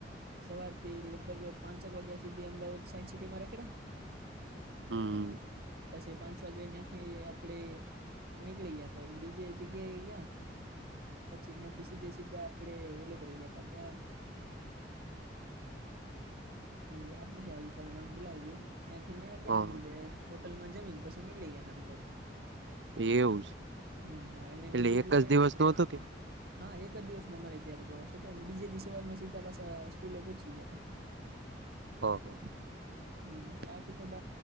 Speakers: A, on the right; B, on the right.
A: સવાર થી લગભગ પાંચક વાગ્યા સુધી અમદાવાદ સાયન્સ સિટીમાં રખડીયા.
B: હા <unintelligible>
A: પછી પાંચ વાગે ત્યાંથી આપડે નીકળી ગયા, તો બીજે જગ્યાએ ગયા. એ પછી સીધે સીધા આપણે ઓલા પણે ગયા હતા ક્યાં?. યાદ નથી આવતું સાલુ નામ ભુલાઈ ગયું ત્યાંથી ત્યાં ગયા
B: હા
A: ને. હોટલમાં જમીન પછી નીકળી ગયા હતા અમે લોકો
B: એવું છે
A: એવું અને બીજે
B: એટલે એક
A: દિવસે
B: જ
A: <unintelligible>
B: દિવસ નો હતો કે
A: હા એક જ દિવસ નો અમારે ત્યારે પ્રવાસ હતો અને બીજે દિવસે સવાર માં સીધા સવારમાં પાછા સ્કૂલે પહોંચી ગયા હતા.
B: હ. હ.
A: હ બાકી તો બ